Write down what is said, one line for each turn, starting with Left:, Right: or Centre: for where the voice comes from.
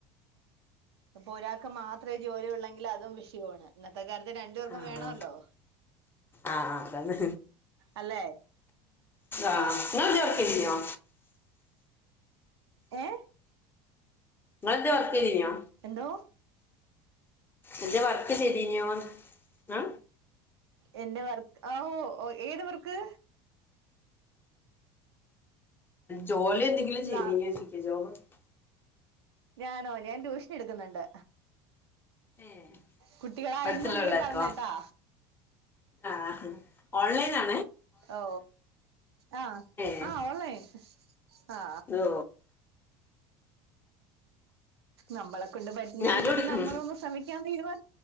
Right: അപ്പൊ ഒരാൾക്ക് മാത്രമേ ജോലി ഉള്ളെങ്കിൽ അതും വിഷയമാണ് ഇന്നത്തെ കാലത്ത് രണ്ടു പേർക്കും
Left: ആഹ്
Right: വേണല്ലോ
Left: ആഹ് അതാണ്
Right: അല്ലേ
Left: ആഹ്
Right: ആ
Left: നിങ്ങളെന്തേ വർക്ക് ചെയ്തീനോ
Right: ഏ
Left: ങ്ങൾൻ്റെ വർക്ക് കഴിഞ്ഞോ
Right: എന്തോ
Left: എന്റെ വർക്ക് ചെയ്തീനോന്ന് ആ
Right: എൻ്റെ വർക്ക് ആ ഓ ഏത് വർക്ക്
Left: ജോലി എന്തെങ്കിലും ചെയ്തിന്നേ
Right: ലാ
Left: <unintelligible>
Right: ഞാനോ ഞാൻ ട്യൂഷൻ എടുക്കുന്നുണ്ട്.
Left: ഏഹ്
Right: കുട്ടികൾ ആരെങ്കിലും
Left: അടുത്തുള്ള
Right: ഉണ്ടെങ്കി
Left: പിള്ളേർക്കോ
Right: പറഞ്ഞ കേട്ടാ.
Left: ആഹ് ഓൺലൈൻ ആ
Right: ഓ ആ
Left: ഏഹ്
Right: ആ ഓൺലൈൻ. ആ
Left: ഓ
Right: നമ്മളെ കൊണ്ട് പറ്റുന്ന
Left: ഞാനും
Right: രീതിക്ക്
Left: എടുക്കും
Right: നമ്മളൊന്ന് ശ്രമിക്കാൻ തീരുമാ